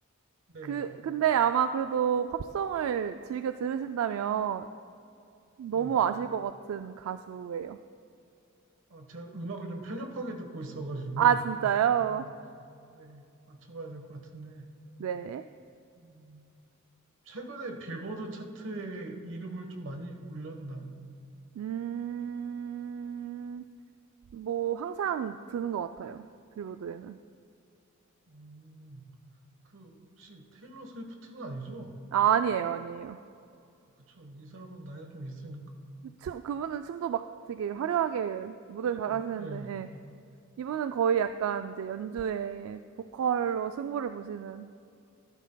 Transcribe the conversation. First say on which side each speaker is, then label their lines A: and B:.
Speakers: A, on the right; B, on the right.
A: 네,
B: 그 근데 아마 그래도 팝송을 즐겨 들으신다면 너무
A: 네.
B: 아실 것 같은 가수예요.
A: 아, 제가 음악을 좀 편협하게 듣고 있어가지고,
B: 아 진짜요?
A: 일단은 맞 네, 맞춰봐야 될 것 같은데.
B: 네.
A: 음, 최근에 빌보드 차트에 이름을 좀 많이 올렸나요?
B: 음. 뭐 항상 드는 것 같아요. 빌보드에는.
A: 음, 그 혹시 테일러 스위프트는 아니죠?
B: 아 아니에요, 아니에요.
A: 그쵸. 이 사람은 나이가 좀 있으니까.
B: 춤 그분은 춤도 막 되게 화려하게 무대
A: 그니까요.
B: 잘하시는데
A: 예.
B: 예. 이분은 거의 약간 이제 연주에 보컬로 승부를 보시는